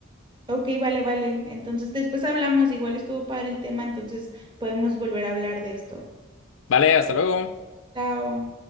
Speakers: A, on the right; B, on the left.
A: Ok, vale, vale. Entonces después hablamos, igual estuvo padre el tema, entonces podemos volver a hablar de esto.
B: Vale, hasta luego.
A: Chao.